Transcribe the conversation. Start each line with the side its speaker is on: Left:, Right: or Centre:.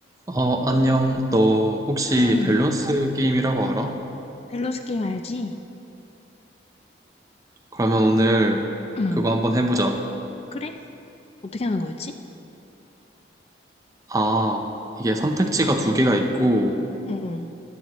Right: 어, 안녕. 너 혹시
Left: 응,
Right: 밸런스 게임이라고 알아?
Left: 밸런스 게임 알지?
Right: 그러면 오늘
Left: 응,
Right: 그거 한번 해보자.
Left: 그래? 어떻게 하는 거였지?
Right: 아, 이게 선택지가 두 개가 있고,
Left: 응, 응.